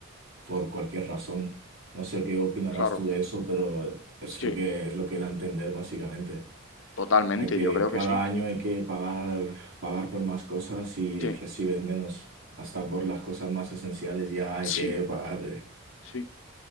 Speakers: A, on the right (about 70°); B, on the left (about 70°).
A: por cualquier razón. No sé qué opinarás
B: Claro,
A: tú de eso, pero es
B: sí,
A: lo que es lo que era entender básicamente.
B: totalmente,
A: Hay que
B: yo creo
A: cada
B: que sí.
A: año hay que pagar pagar por más cosas y
B: Sí,
A: recibes menos. Hasta por las cosas más esenciales ya hay
B: sí,
A: que pagar.
B: sí.